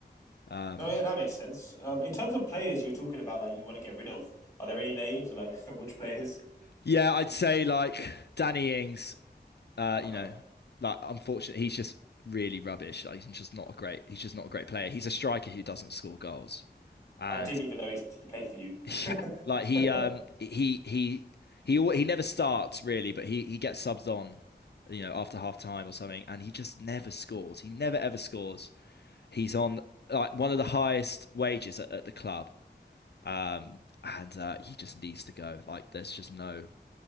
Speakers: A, on the left; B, on the left.
A: um
B: No, yeah, that makes sense. Um, in terms of players you're talking about, like you want to get rid of, are there any names or like <laughs> which players?
A: yeah I'd say like Danny Ings uh
B: Uh-huh.
A: you know like unfortunately he's just really rubbish like, he's just not a great he's just not a great player he's a striker who doesn't score goals and
B: I didn't even know he's, he played for you.
A: Yeah,
B: <laughs>
A: like he um he he he al- he never starts really, but he he gets subs on, you know, after half time or something, and he just never scores. He never ever scores. He's on like one of the highest wages at, at the club, um, and uh, he just needs to go. Like there's just no